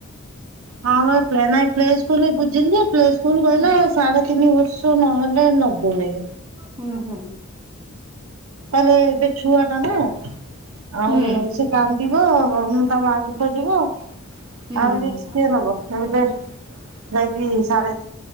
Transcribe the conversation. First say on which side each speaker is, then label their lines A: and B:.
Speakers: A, on the right; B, on the right.
A: ହଁ ବା ପ୍ଲେ ନାଇଁ ପ୍ଲେ ସ୍କୁଲରେ ବୁଝିଲି ଯେ ପ୍ଲେ ସ୍କୁଲ କହିଲା
B: ହୁଁ
A: ସାଢ଼େ ତିନି ବର୍ଷ ନହେଲେ ନବନେଇ।
B: ହୁଁ ହୁଁ।
A: କହିଲେ ଏବେ ଛୁଆଟା ନା। ଆଉ
B: ହୁଁ
A: ସେ କାନ୍ଦିବ ତା ମାକୁ ଖୋଜିବ।
B: ହୁଁ
A: ଆଉ ରିକ୍ସ
B: ହୁଁ।
A: କିଏ ନବ <unintelligible> ଯାଇକି ସାଢ଼େ